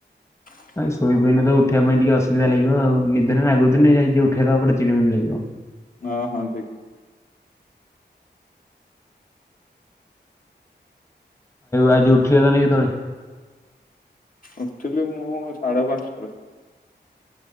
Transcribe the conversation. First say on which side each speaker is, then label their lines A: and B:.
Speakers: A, on the left; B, on the left.
A: ହଁ <unintelligible>
B: ଶୋଇ ପଣି ତ ଉଠିବା ପାଇଁ ଟିକେ ଅସବିଧାଗିବ ଆଉ ନିଦରେ ଲାଗୁଥନି ଯାଇ ଉଠେଇ ତାେ ଚମିଣି ଲାଗିବ।
A: ହଁ ହଁ।
B: ଆଜି ଉଠିବ ତ ନ କେତବେଳେ
A: ଉଠଥିଲି ମୁଁ ସାଢ଼େ ପାଞ୍ଚରେ